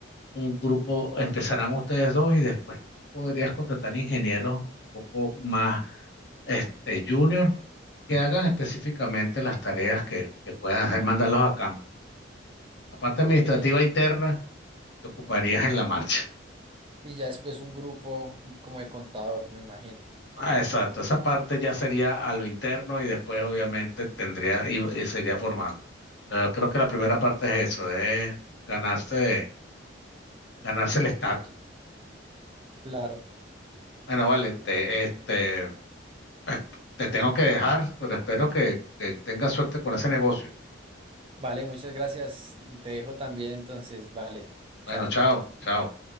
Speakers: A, on the left; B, on the right.
A: un grupo, empezarán ustedes dos y después podrías contratar ingenieros un poco más este, junior que hagan específicamente las tareas que, que puedan hacer, mandarlos a campo. La parte
B: Ok.
A: administrativa interna te ocuparías en la marcha. <laughs>
B: Y ya después un grupo como de contador, me imagino.
A: Ah, exacto, esa parte ya sería a lo interno y después obviamente tendría y, y sería formando Pero creo que la primera parte es eso, es ganarse, ganarse el estatus.
B: Claro.
A: Bueno, vale, te, este, Eh, Te tengo que dejar, pero espero que, que tengas suerte con ese negocio.
B: Vale, muchas gracias. Te dejo también entonces. Vale,
A: Bueno,
B: chao.
A: chao, chao.